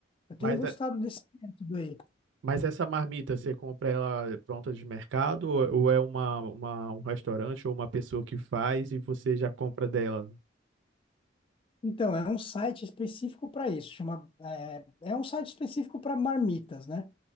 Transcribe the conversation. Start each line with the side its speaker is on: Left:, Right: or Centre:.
Left: Eu tenho
Right: Mas,
Left: gostado
Right: é-
Left: desse método aí.
Right: mas essa marmita, você compra ela pronta de mercado ou, ou é uma, uma, um restaurante ou uma pessoa que faz e você já compra dela?
Left: Então, é um site específico para isso. Chama, é, é um site específico para marmitas, né?